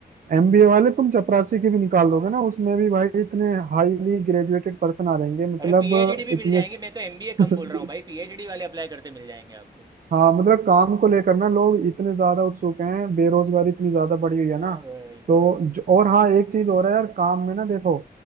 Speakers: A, on the right (about 55°); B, on the right (about 25°).
A: एमबीए वाले तुम चपरासी की भी निकाल दोगे ना उसमें भी भाई इतने हाईली ग्रेजुएटेड पर्सन आ जाएंगे मतलब
B: अरे पीएचडी भी
A: इतनी
B: मिल जाएंगे
A: अच्छी
B: मैं तो एमबीए
A: <laughs>
B: कम बोल रहा हूँ भाई पीएचडी वाले अप्लाई करते मिल जाएंगे आपको
A: हाँ मतलब काम को लेकर ना लोग इतने ज्यादा उत्सुक हैं बेरोजगारी इतनी ज्यादा बढ़ी हुई है
B: हाँ
A: ना
B: भाई
A: तो जो, और हाँ एक चीज और है यार काम में ना देखो